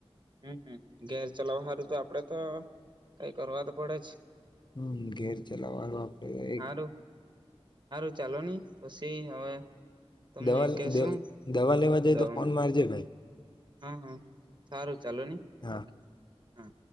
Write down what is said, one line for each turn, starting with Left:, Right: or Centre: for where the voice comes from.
Right: હમ ઘેર ચલાવ સારું તો આપડે તો કઈ કરવા તો પડે જ
Left: હમ ઘેર ચલાવાળ આપડ
Right: સારું સારું ચાલો નહી પછી હવે તમને
Left: દવા
Right: કશું
Left: દવા લેવા જાય
Right: દવા
Left: તો ફોન
Right: માટે
Left: મારજે ભાઈ
Right: હા હા સારું ચાલો નહી
Left: હા.
Right: ઓકે હા